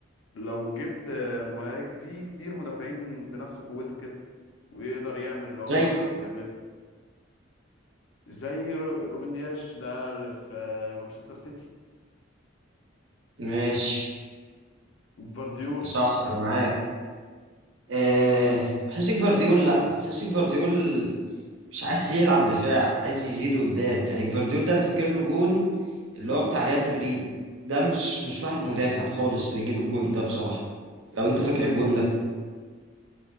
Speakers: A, on the left; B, on the right.
A: لو جبت آه، مهاجم في كتير مدافعين بنفس قوته كده ويقدر يعمل اللي هو
B: زي
A: بيعمله زي رو- روبن دياش ده اللي في آه، مانشستر سيتي
B: ماشي
A: فارديول
B: صح انا معاك أه بحس جفارديول لا بحس جفارديول مش عايز يلعب دفاع عايز يزيد قدام يعني جفارديول ده انا فاكر له جون اللي هو بتاع ريال مدريد ده مش مش واحد مدافع خالص اللي يجيب الجون ده بصراحة لو انت فاكر الجون ده